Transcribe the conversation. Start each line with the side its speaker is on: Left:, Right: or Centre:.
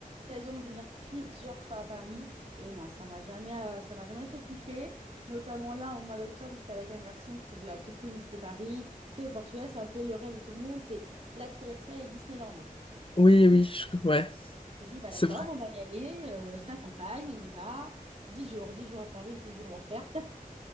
Right: l'occasion de venir plusieurs fois à Paris, et non, ça m'a jamais, euh, ça m'a jamais fait kiffer. Notamment là, au mois d'octobre, j'étais avec un garçon qui voulait à tout prix visiter Paris. Tu sais, au Portugal, c'est un peu le rêve de tout le monde, c'est la Tour Eiffel et Disneyland.
Left: Oui, oui, je- ouais,
Right: J'ai dit, bah
Left: c'est
Right: d'accord,
Left: vrai.
Right: on va y aller, euh, je t'accompagne, on y va. 10 jours, 10 jours à Paris, 10 jours l'enfer.